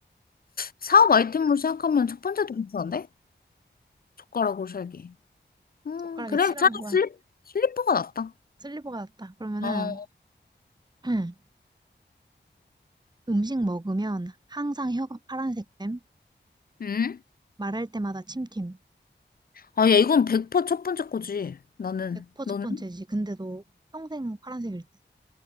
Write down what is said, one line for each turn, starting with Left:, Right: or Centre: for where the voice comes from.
Left: 사업 아이템으로 생각하면 첫 번째도 괜찮은데? 젓가락으로 살기. 음,
Right: 젓가락에
Left: 그래.
Right: 칠하는
Left: 차라리
Right: 거야.
Left: 슬리, 슬리퍼가 낫다.
Right: 슬리퍼가 낫다. 그러면은
Left: 어,
Right: <clears throat> 음식 먹으면 항상 혀가 파란색 됨.
Left: 응?
Right: 말할 때마다 침팀.
Left: 아, 야, 이건 100%첫 번째 거지. 나는.
Right: 100%
Left: 너는?
Right: 첫 번째지. 근데 너 평생 파란색일 듯.